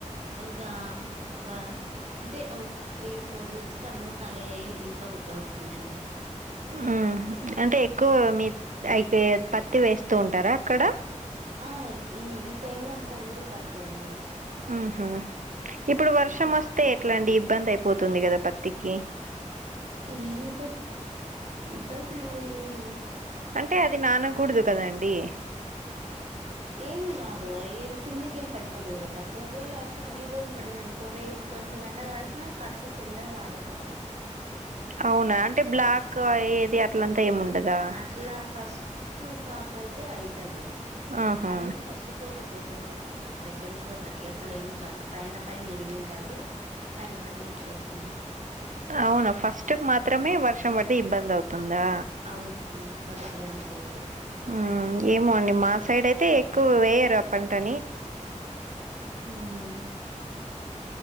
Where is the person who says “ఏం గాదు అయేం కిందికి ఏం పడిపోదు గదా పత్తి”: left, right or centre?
Right